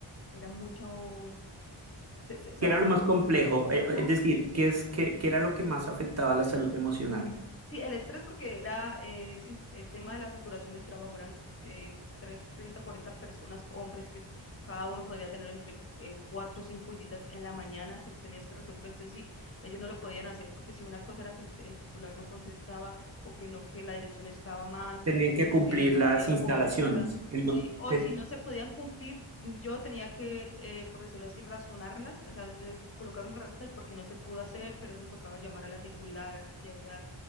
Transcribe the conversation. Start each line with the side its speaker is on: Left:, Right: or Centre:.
Left: Era mucho, se, se- o sea,
Right: ¿Qué era
Left: se,
Right: lo más complejo? Eh,
Left: ajá,
Right: Es decir, ¿qué es, qué, qué era lo que más afectaba a la salud emocional?
Left: Sí, el estrés porque era eh, sí, el tema de la saturación del trabajo, eran eh, tres- 30, 40 personas, hombres, que cada uno podría tener entre eh, cuatro o cinco visitas en la mañana que tenías que resolver. Entonces, sí, ellos no lo podían hacer porque si una cosa era que el, el titular no contestaba o que no, que la dirección estaba mal
Right: Tenían
Left: o
Right: que cumplir
Left: que no
Right: las
Left: había
Right: instalaciones.
Left: cobertura.
Right: el
Left: Sí,
Right: no-
Left: o
Right: te-
Left: si no se podían cumplir, mm, yo tenía que, eh, por decirlo así, razonarlas, o sea, de- colocar una razón del por qué no se pudo hacer, pero eso tocaba llamar a la titular aquí y allá